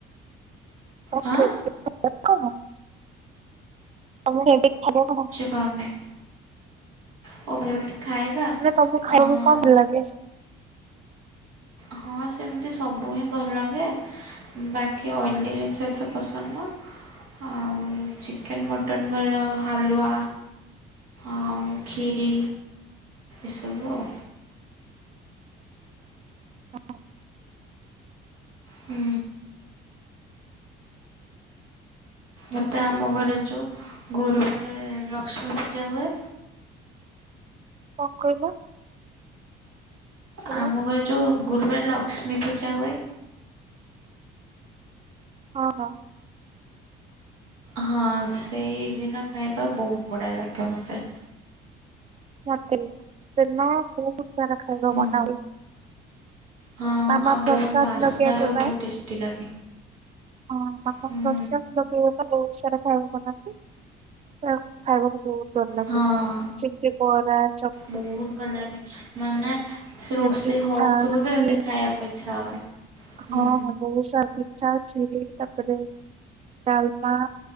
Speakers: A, on the right (about 30°); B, on the right (about 85°).
A: <unintelligible>
B: ହଁ
A: <unintelligible>
B: <unintelligible> <unintelligible> ଖାଇବା
A: ମାନେ ତମକୁ ଖାଇବାକୁ
B: ଆଁ
A: କଣ ଭଲ ଲାଗେ
B: ହଁ ସେମିତି ସବୁ ହିଁ ଭଲ ଲାଗେ। ବାକି ଅଏଲି ଜିନିଷ ଏତ ପସନ୍ଦ ନୁହ। ଆଉ ଚିକେନ ମଟନ୍ ଭଲ ହାଲୁଆ ଆଉ ଖୀରି ଏସବୁ ଆଉ।
A: <unintelligible>
B: ହୁଁ। ମତେ ଆମ ଘରେ ଯଉ ଗୁରୁବାର ଲକ୍ଷ୍ମୀ ପୂଜା ହୁଏ।
A: କଁ କହିଲ? ହାଲୋ
B: ଆମ ଘରେ ଯଉ ଗୁରୁବାର ଲକ୍ଷ୍ମୀ ପୂଜା ହୁଏ।
A: ହଁ।
B: ହଁ ସେଇଦିନ ଖାଇବା ବହୁତ ବଢ଼ିଆ ଲାଗେ ମତେ।
A: ମତେ ବି ସେଦିନ ବହୁତ ସାରା ଖାଇବା
B: ହୁଁ,
A: ବନାହୁଏ।
B: ହଁ
A: ମାମା
B: ଆଉ ବହୁତ
A: ପ୍ରସାଦ
B: ବାସ୍ନା
A: ଲଗେଇବା
B: ବି ଆଉ
A: ପାଇଁ
B: ବହୁତ ଟେଷ୍ଟି ଲାଗେ
A: ହଁ ମାମା
B: ହୁଁ,
A: ପ୍ରସାଦ ଲଗାଇବା ପାଇଁ ବହୁତ ସାରା ଖାଇବା ବନାନ୍ତି। ଖାଇବାକୁ ବହୁତ ଭଲ ଲାଗେ,
B: ହଁ
A: ଯେମତି ବରା ଚ
B: ବହୁତ ଭଲ ଲାଗେ ମାନେ ସେ ରୋଷେଇ
A: ପିଠା
B: ହଉଥିବ
A: ଏମତି
B: ବି ମୋତେ ଖାଇବାକୁ ଇଚ୍ଛା ହୁଏ। ହୁଁ,
A: ହଁ ବହୁତ ସାରା ପିଠା ଖିରି ତାପରେ ଡାଲମା।